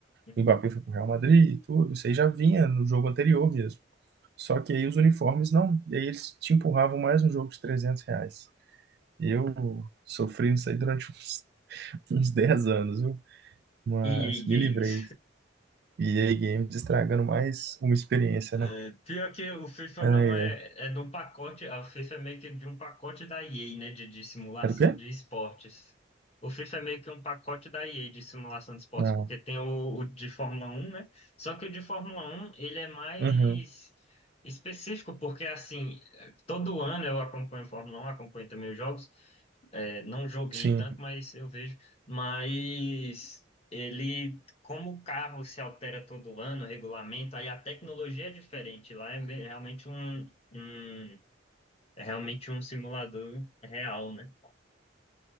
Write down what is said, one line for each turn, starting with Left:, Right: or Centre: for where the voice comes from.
Left: Hum.
Right: Mbappé foi pro Real Madrid e tudo. Isso aí já vinha no jogo anterior mesmo. Só que aí os uniformes não. E aí eles te empurravam mais um jogo de 300 reais. Eu sofri isso aí durante <laughs> uns, uns 10 anos, viu? Mas
Left: EA Games.
Right: me livrei. E aí Games estragando mais uma experiência,
Left: É,
Right: né?
Left: pior que o FIFA
Right: Ai,
Left: não é,
Right: ai.
Left: é de um pacote, a FIFA é meio que de um pacote da EA, né, de, de simulação
Right: Era o quê?
Left: de esportes. O FIFA é meio que um pacote da EA de simulação de esportes,
Right: Ah,
Left: porque tem o, o de Fórmula 1, né? Só que o de Fórmula 1, ele é mais
Right: uhum,
Left: específico, porque assim, todo ano eu acompanho Fórmula 1, acompanho também os jogos, é, não joguei
Right: sim.
Left: tanto, mas eu vejo. Mas ele, como o carro se altera todo ano, o regulamento, aí a tecnologia é diferente. Lá é me- realmente um, um, é realmente um simulador real, né?